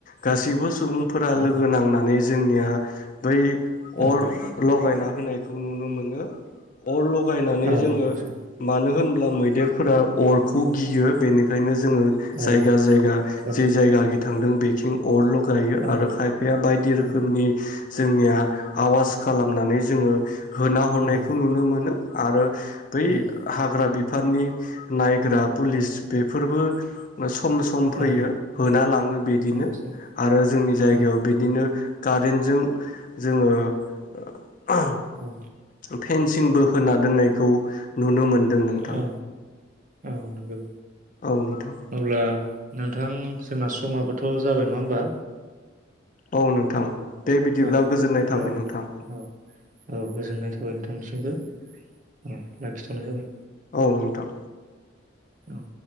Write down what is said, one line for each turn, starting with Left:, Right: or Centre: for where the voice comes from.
Left: गासीसिबो सु सुबुंफोरा
Right: औ
Left: लोगो नांनानै जोंनिया बै
Right: आतसा
Left: अर लगायना होनायखौ नुनो मोनो लगायनानै
Right: औ
Left: जोङो
Right: आदसा
Left: मानो होन <unintelligible> मैदेरफोरा अरखौ गियो बेनिखायनो गायनो जोङो जायगा
Right: औ
Left: जायगा
Right: थारैनो
Left: जि जायगा गि थांदों बेखिं अर <unintelligible> गायो
Right: औ
Left: आरो खायफाया बायदि रोखोमनि
Right: औ
Left: जोंनिया आवाज खालामनानै जोङो होना हरनायखौ
Right: औ
Left: नुनो मोनो आरो बै
Right: नंगौ
Left: हाग्रा बि बिफाननि नायग्रा पुलिस बेफोरबो <unintelligible> सम सम फैयो
Right: औ
Left: होना लाङो बिदिनो
Right: आदसा
Left: आरो जोंनि जायगायाव
Right: औ
Left: बिदिनो कारेन्टजों जोङो <unintelligible>
Right: औ
Left: फेनसिंबो होना दोननायखौ नुनो मोनदों दों नोंथां
Right: औ औ नंगौ
Left: औ नोंथां।
Right: अब्ला नोंथां जोंना समाबोथ' जाबाय नङा होमबा?
Left: औ नोंथां। दे बिदिब्ला
Right: औ
Left: गोजोननाय
Right: अब्ला
Left: थाबाय नोंथां
Right: औ औ गोजोननाय थाबाय नोंथांनिसिमबो। औ लाखिथ'नाय जाबाय
Left: औ नोंथां
Right: औ